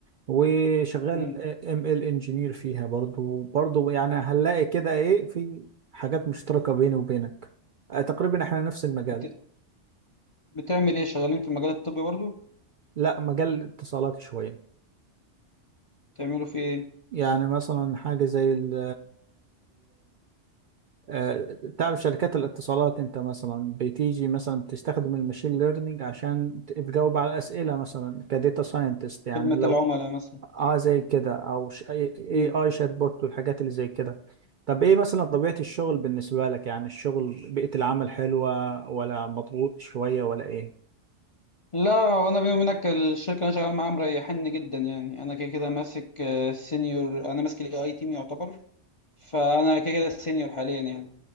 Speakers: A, on the right (about 60°); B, on the left (about 40°).
A: وشغال
B: مم.
A: ام ال انجينير فيها برضو برضو يعني هنلاقي كده ايه في حاجات مشتركة بيني وبينك آه، تقريبا احنا نفس المجال
B: بت... بتعمل إيه؟ شغالين في المجال الطبي برضو؟
A: لا مجال اتصالات شوية
B: بتعملوا في إيه؟
A: يعني مثلا حاجة زي ال آه، تعرف شركات الاتصالات انت مثلا بتيجي مثلا بتستخدم الماشين ليرنينج عشان ت- تجاوب على اسئله مثلا كديتا ساينتست يعني
B: خدمة
A: لو
B: العملاء مثلا؟
A: اه زي كده او ش- اي اي
B: مم.
A: آي شات بوت والحاجات اللي زي كده طب ايه مثلا طبيعه الشغل بالنسبه لك يعني الشغل بيئه العمل حلوه ولا مضغوط شويه ولا ايه
B: لا وأنا بيني وبينك الشركة اللي أنا شغال معاها مريحني جدا يعني، أنا كده كده ماسك سينيور، أنا ماسك ال AI تيم يعتبر، فأنا كده كده سينيور حاليا يعني.